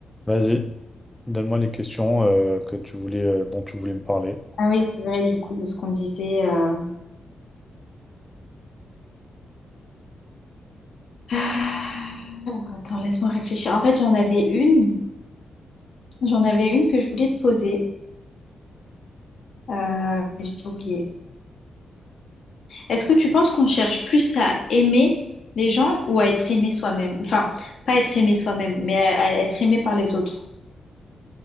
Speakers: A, in the centre; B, on the left.
A: Vas-y, donne-moi les questions euh, que tu voulais, euh, dont tu voulais me parler.
B: Ah oui, c'est vrai, du coup, de ce qu'on disait. euh. Ah, Alors, attends, laisse-moi réfléchir. En fait, j'en avais une. J'en avais une que je voulais te poser. Euh, j'ai oublié. Est-ce que tu penses qu'on cherche plus à aimer les gens ou à être aimé soi-même? Enfin, pas être aimé soi-même, mais à, à être aimé par les autres.